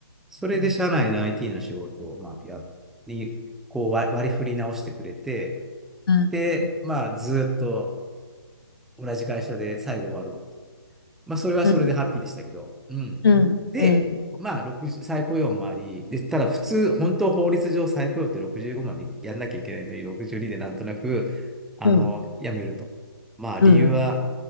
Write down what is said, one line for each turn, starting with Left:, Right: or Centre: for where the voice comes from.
Centre: それで社内の
Left: うん
Centre: IT の仕事を、まあ、や、に、こう割割り振り直してくれて、
Left: うん
Centre: で、まあずっと同じ会社で最後終わるまあ、それはそれでハッピーでしたけど。
Left: うん
Centre: うん。
Left: うんうんうん
Centre: で、まあ、60再雇用もあり、で、ただ普通、本当法律上再雇用って65までやんなきゃいけないのに、62でなんとなく、あの、
Left: うん
Centre: 辞めると。まあ、
Left: うんうん
Centre: 理由は、